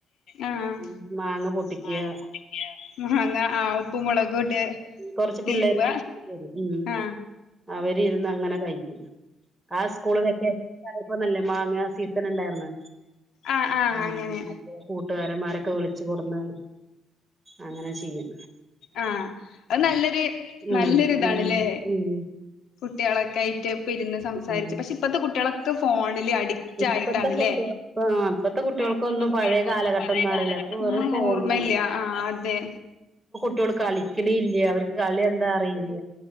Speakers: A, on the left; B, in the centre.
A: ആ
B: ഉമ്മ്... മാങ്ങ
A: <unintelligible>
B: പൊട്ടിക്കുക കൊറച്ച പിള്ളേരും
A: തിരുമ്പ
B: <inaudible>
A: ആ
B: അവര് ഇരുന്ന് അങ്ങനെ കഴിക്കും ആ സ്കൂള് വെക്കേഷൻക്കായിപ്പോന്നല്ലേ മാങ്ങ സീസൺ ഇണ്ടാർന്ന്
A: ആ ആ
B: മ്മ്..
A: അങ്ങനെ
B: അപ്പൊ കൂട്ടുകാരന്മാരൊക്കെ വിളിച്ചു കൊടുന്ന് അങ്ങനെ ചെയ്യും
A: ആ അത് നല്ലൊരു
B: ഉം
A: നല്ലൊരു ഇതാണ്
B: ഉം
A: ലെ
B: ഉം
A: കുട്ടികളൊക്കെ ആയിട്ട് പ്പം ഇരുന്ന്സംസാരിച്
B: ഉം
A: പക്ഷെ ഇപ്പത്തെ കുട്ടികളൊക്കെ ഫോണില് അഡിക്റ്റ്
B: ഇപ്പത്തെ
A: ആയിട്ടാണ്
B: കുട്ടികൾ
A: ലെ
B: ആ ഇപ്പത്തെ കുട്ടികൾക്കൊന്നും
A: ഇപ്പത്തെ കുട്ടികൾക്കൊന്നും
B: പഴയ കാലഘട്ടം
A: പഴയ
B: ഒന്നും അറിയില്ല
A: കാലഘട്ടത്തെ
B: ഇപ്പൊ വെറും ഫോണിലല്ലേ
A: ഓർമ്മല്ല ആ അതെ
B: കുട്ടിയോള് കളിക്കിണില്ല അവര്ക്ക് കളി എന്താ അറിയില്ല